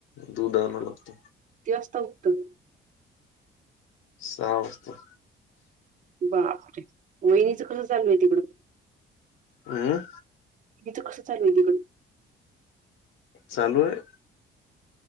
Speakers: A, on the left (about 85°); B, on the right (about 40°).
A: दूध आणाव लागत.
B: किती वाजता उठतो.
A: सहा वास्ता.
B: बापरे वहिनीचं कसं चालू आहे तिकड
A: हम
B: इथ कसच वदी
A: चालू आहे